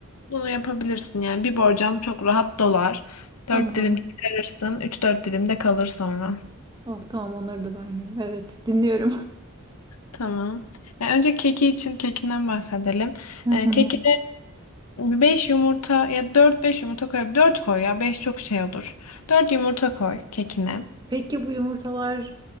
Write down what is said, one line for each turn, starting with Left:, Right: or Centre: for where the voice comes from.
Left: Bunu yapabilirsin yani. Bir borcam çok rahat dolar.
Right: Tamam.
Left: Dört dilim çıkarırsın. Üç dört dilim de kalır sonra.
Right: Oh tamam onları da ben yerim. Evet dinliyorum.
Left: Tamam. Ya önce keki için kekinden bahsedelim.
Right: <laughs> Hı
Left: Ee,
Right: hı.
Left: kekine 5 yumurta ya dört beş yumurta koy. 4 koy ya 5 çok şey olur. dört yumurta koy kekine.
Right: Peki bu yumurtalar